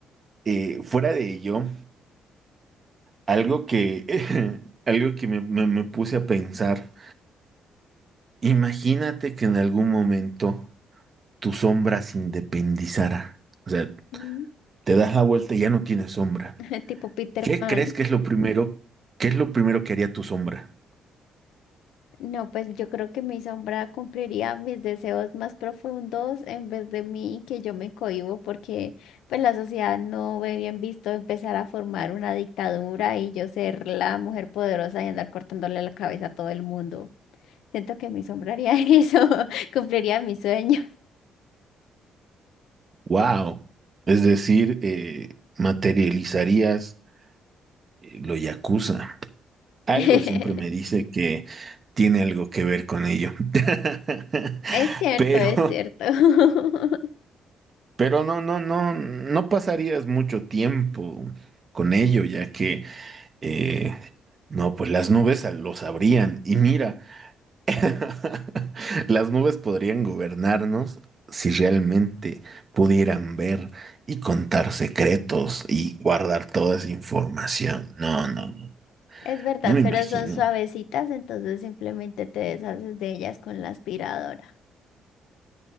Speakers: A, on the right; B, on the left.
A: eh, fuera de ello, algo que, <laughs> algo que me, me- me puse a pensar, imagínate que en algún momento tu sombra se independizara. O sea,
B: Mm,
A: te das la vuelta y ya no tienes sombra.
B: <laughs> Tipo Peter
A: ¿Qué
B: Pan.
A: crees que es lo primero? ¿Qué es lo primero que haría tu sombra?
B: No, pues yo creo que mi sombra cumpliría mis deseos más profundos en vez de mí, que yo me cohíbo, porque pues la sociedad no ve bien visto empezar a formar una dictadura y yo ser la mujer poderosa y andar cortándole la cabeza a todo el mundo. Siento que mi sombra haría <laughs> eso, cumpliría mi sueño.
A: ¡Wow! Es decir, eh, materializarías eh, lo yakuza. Algo
B: <laughs>
A: siempre me dice que tiene algo que ver con ello. <laughs>
B: Es cierto,
A: Pero,
B: es cierto. <laughs>
A: pero no, no, no, no pasarías mucho tiempo con ello, ya que eh, no, pues las nubes a- lo sabrían. Y mira, <laughs> las nubes podrían gobernarnos si realmente pudieran ver y contar secretos y guardar toda esa información. No, no, no.
B: Es verdad,
A: No me imagino.
B: pero son suavecitas, entonces simplemente te deshaces de ellas con la aspiradora.